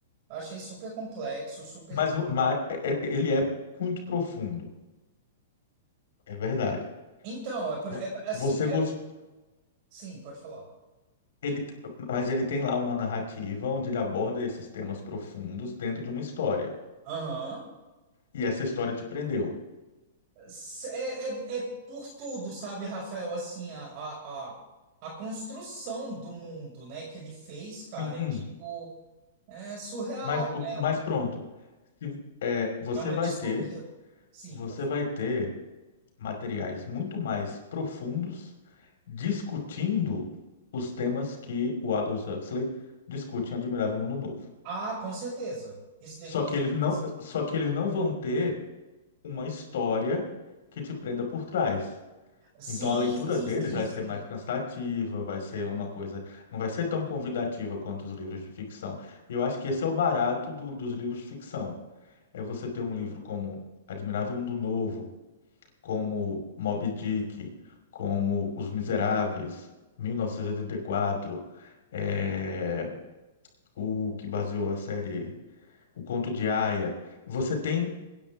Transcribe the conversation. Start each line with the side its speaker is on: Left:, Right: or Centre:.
Right: Achei super complexo, super.
Left: Mas, mas é- é- ele é muito profundo, é verdade.
Right: Então, é, por-
Left: Vo-
Right: é- assim,
Left: Você
Right: é-
Left: gostou,
Right: sim, pode falar.
Left: ele, mas ele tem lá uma narrativa onde ele aborda esses temas profundos dentro de uma história.
Right: Aham.
Left: E essa história te prendeu.
Right: S- É, é, é por tudo, sabe, Rafael? Assim, a, a, a, a construção do mundo, né, que ele fez, cara,
Left: Sim,
Right: é tipo, é surreal,
Left: mas, o-
Right: né?
Left: mas
Right: É uma,
Left: pronto. Se- é, você
Right: é uma
Left: vai
Right: distopia.
Left: ter,
Right: Sim,
Left: você
Right: pode falar.
Left: vai ter materiais muito mais profundos discutindo os temas que o Aldous Huxley discute em Admirável Mundo Novo.
Right: Ah, com certeza. Isso daí
Left: Só
Right: com
Left: que
Right: certeza.
Left: eles não, só que eles não vão ter uma história que te prenda por trás.
Right: Sim,
Left: Então a leitura
Right: sim,
Left: deles
Right: sim,
Left: vai
Right: sim.
Left: ser mais cansativa, vai ser uma coisa, não vai ser tão convidativa quanto os livros de ficção. E Eu acho que esse é o barato do- dos livros de ficção. É você ter um livro como Admirável Mundo Novo, como Moby Dick, como Os Miseráveis, 1984, é, o que baseou a série O Conto de Aia. Você tem